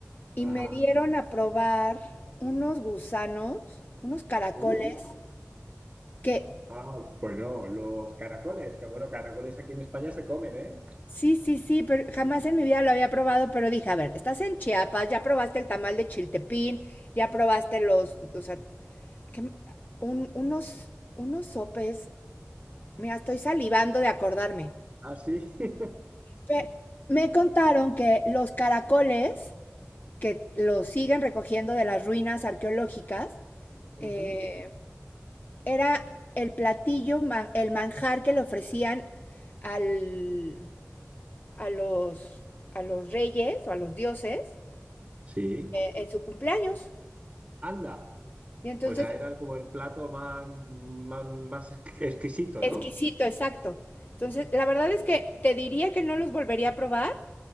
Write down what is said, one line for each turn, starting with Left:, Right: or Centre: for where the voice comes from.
Left: Y
Right: Ajá.
Left: me dieron a probar unos gusanos, unos caracoles,
Right: Uh.
Left: que
Right: Ah, bueno, los caracoles, que bueno, caracoles aquí en España se comen, ¿eh?
Left: Sí, sí, sí, pero jamás en mi vida lo había probado, pero dije, a ver, estás en Chiapas, ya probaste el tamal de chiltepín, ya probaste los, o sea, ¿qué? Un- unos, unos sopes, mira, estoy salivando de acordarme.
Right: Ah, sí. <laughs>
Left: Pe- me contaron que los caracoles, que los siguen recogiendo de las ruinas arqueológicas, eh,
Right: Ujú.
Left: era el platillo, ma- el manjar que le ofrecían al, a los, a los reyes o a los dioses
Right: Sí.
Left: en su cumpleaños.
Right: Anda.
Left: Y entonces,
Right: O sea, era como el plato más, más, más exquisito,
Left: exquisito,
Right: ¿no? <laughs>
Left: exacto. Entonces, la verdad es que te diría que no los volvería a probar.